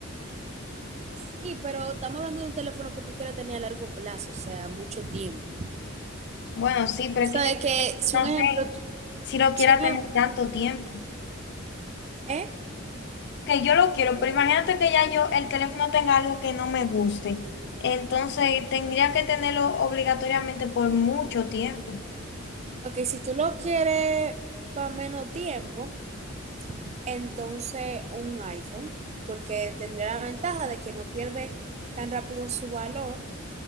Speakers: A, on the right (about 30°); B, on the left (about 55°).
A: Sí, pero estamos hablando de un teléfono que tú quieres tener a largo plazo, o sea, mucho tiempo.
B: Bueno, sí, pero
A: Tú sabes
B: es que
A: que si
B: yo
A: un ejemplo,
B: no sé
A: tú-
B: si lo quiera
A: si un
B: tener
A: ejemplo,
B: tanto tiempo.
A: ¿eh?
B: Que yo lo quiero, pero imagínate que ya yo el teléfono tenga algo que no me guste. Entonces tendría que tenerlo obligatoriamente por mucho tiempo.
A: Ok, si tú lo quieres para menos tiempo, entonces un iPhone, porque tendría la ventaja de que no pierde tan rápido su valor